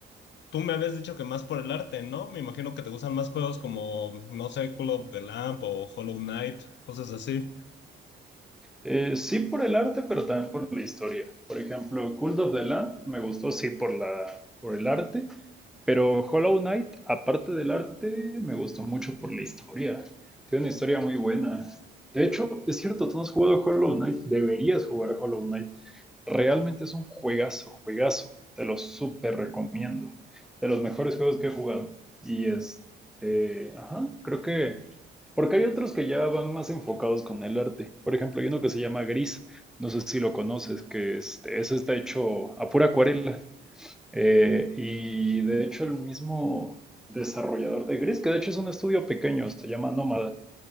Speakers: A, on the left; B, in the centre.
A: Tú me habías dicho que más por el arte, ¿no? Me imagino que te gustan más juegos como, no sé, Call of the Lamp o Hollow Knight, cosas así.
B: Eh, sí por el arte, pero también por la historia. Por ejemplo, Cult of the Land me gustó, sí, por la, por el arte, pero Hollow Knight, aparte del arte, me gustó mucho por la historia. Tiene una historia muy buena. De hecho, es cierto, tú no has jugado Hollow Knight, deberías jugar Hollow Knight. Realmente es un juegazo, juegazo. Te lo súper recomiendo. De los mejores juegos que he jugado. Y este, ajá, creo que porque hay otros que ya van más enfocados con el arte. Por ejemplo, hay uno que se llama Gris, no sé si lo conoces, que este, ese está hecho a pura acuarela. Eh, y de hecho el mismo desarrollador de Gris, que de hecho es un estudio pequeño, se llama Nómada.